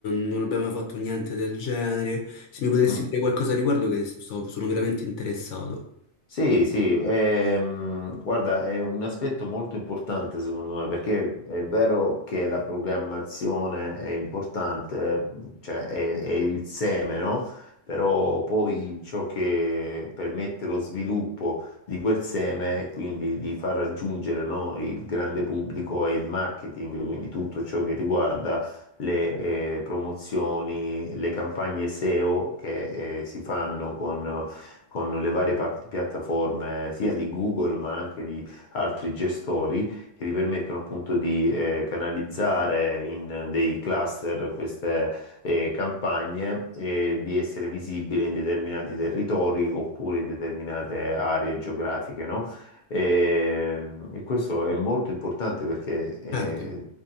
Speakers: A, on the left; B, on the left.
A: non abbiamo mai fatto niente del genere. Se mi potresti
B: Mm.
A: dire qualcosa a riguardo, che so- sono veramente interessato.
B: Sì, sì, ehm, guarda, è un aspetto molto importante secondo me, perché è vero che la programmazione è importante, cioè è, è il seme, no? Però poi ciò che permette lo sviluppo di quel seme e quindi di far raggiungere, no, il grande pubblico è il marketing, quindi tutto ciò che riguarda le eh, promozioni, le campagne SEO che eh, si fanno con con le varie part- piattaforme sia di Google ma anche di altri gestori che ti permettono appunto di eh, canalizzare in dei cluster queste eh, campagne e di essere visibile in determinati territori oppure in determinate aree geografiche, no? E, e questo è molto importante perché eh,
A: Certo.